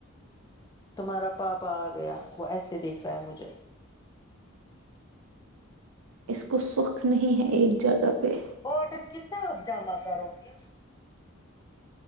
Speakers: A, on the left; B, on the right.
A: تمہارا پاپا آ گیا وہ ایسے دیکھ رہا ہے مجھے
B: اس کو سخ نہیں ہے ایک جگہ پہ
A: کاٹن کتنا اب جمع کرو گی